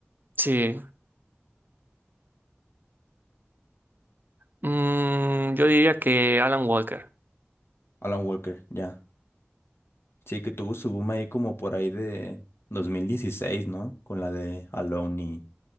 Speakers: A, on the right; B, on the left.
A: Sí, Mm, yo diría que Alan Walker.
B: Alan Walker, ya. Sí, que tuvo su boom ahí como por ahí de 2016, ¿no? Con la de Alone y,